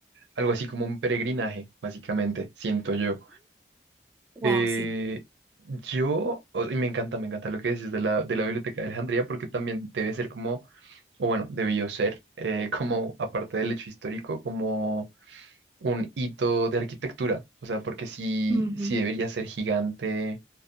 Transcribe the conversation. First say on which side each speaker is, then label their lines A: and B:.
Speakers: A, on the right; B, on the right.
A: algo así como un peregrinaje, básicamente, siento yo.
B: Wow,
A: Eh,
B: sí.
A: yo, o- y me encanta, me encanta lo que dices de la, de la Biblioteca de Alejandría, porque también debe ser como, o bueno, debió ser, eh, <laughs> como, aparte del hecho histórico, como un hito de arquitectura. O sea, porque sí,
B: Ujú.
A: sí debería ser gigante.